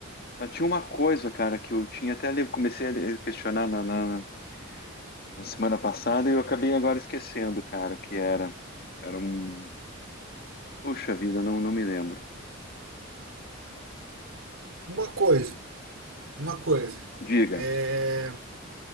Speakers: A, on the left; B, on the right.
A: Mas tinha uma coisa, cara, que eu tinha até... le- Comecei a le- questionar na, na- na semana passada e eu acabei agora esquecendo, cara, o que era. Era um... Poxa vida, não, não me lembro.
B: Uma coisa, uma coisa.
A: Diga.
B: É,